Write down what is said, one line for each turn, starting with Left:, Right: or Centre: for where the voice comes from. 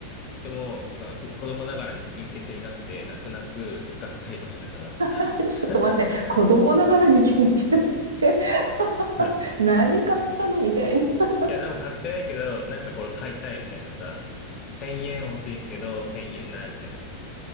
Left: でも、まあ、こ子供ながらに金欠になって、泣く泣く使ったりもしたかな。
Right: <laughs> ちょっと待って、
Left: <laughs>
Right: 子供ながらに献血って
Left: うん。
Right: <laughs> 何買ったのみたいな。<laughs>
Left: いや、でも買ってないけど、なんかこれ買いたいみたいなさ。1000円欲しいけど、1000円ないみたいな。